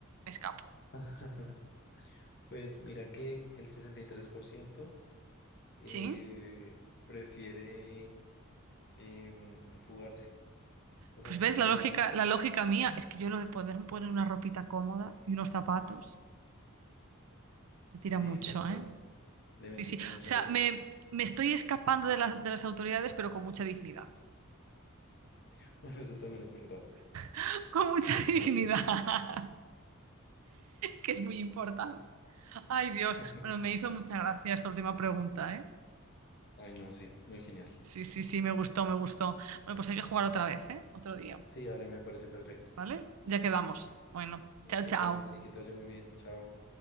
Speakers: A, on the right; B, on the left.
A: me escapo.
B: <laughs>
A: Sí, sí.
B: Pues mira que el 63% eh,
A: Sí.
B: prefiere em, fugarse, o sea,
A: Pues
B: piensan
A: ves, la lógica,
B: igual que tú.
A: la lógica mía es que yo lo de poderme poner una ropita cómoda y unos zapatos me tira
B: Sí,
A: mucho,
B: tal cual,
A: ¿eh?
B: le metiste
A: Sí, sí. O
B: mucha
A: sea,
B: lógica.
A: me, me estoy escapando de, la- de las autoridades, pero con mucha dignidad.
B: <laughs> Bueno, eso también es verdad,
A: <laughs> Con mucha
B: eso
A: dignidad,
B: también es verdad.
A: <laughs> que es muy importante. Ay, Dios.
B: <laughs>
A: Bueno, me hizo mucha gracia esta última pregunta, ¿eh?
B: Ay, no, sí, muy genial.
A: Sí, sí, sí, me gustó, me gustó. Bueno, pues hay que jugar otra vez, ¿eh? Otro día,
B: Sí, dale, me parece perfecto.
A: ¿vale? Ya quedamos. Bueno,
B: Listo,
A: chao, chao.
B: claro que sí, que te vaya muy bien, chao.